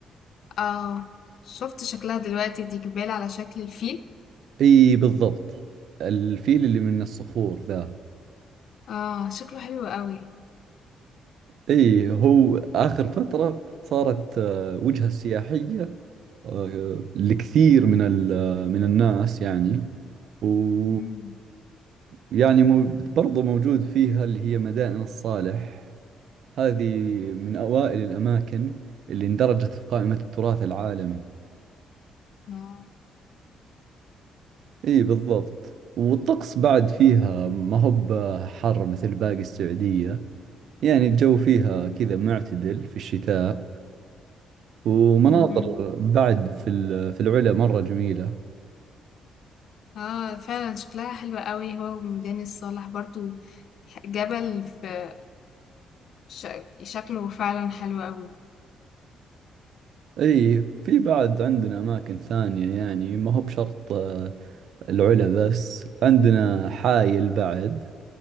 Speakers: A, on the left (about 65°); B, on the right (about 70°).
A: اه شفت شكلها دلوقتي دي جبال على شكل الفيل
B: اي بالضبط الفيل اللي من الصخور ذا
A: اه شكله حلو قوي
B: اي هو اخر فترة صارت آه، وجهة سياحية آه، لكثير من ال- آه، من الناس يعني و
A: مم.
B: يعني مو برضو موجود فيها اللي هي مدائن الصالح هذه من أوائل الأماكن اللي اندرجت في قائمة التراث العالمي
A: اه
B: اي بالضبط والطقس بعد فيها ما هو بحر مثل باقي السعودية يعني الجو فيها كذا معتدل في الشتاء ومناظر
A: مهم.
B: بعد في ال- في العلا مرة جميلة
A: اه فعلا شكلها حلو قوي هو وميدان الصالح برضو جبل في ش... شكله فعلا حلو قوي
B: اي في بعد عندنا اماكن ثانية يعني ما هو بشرط آه، العلا بس عندنا حايل بعد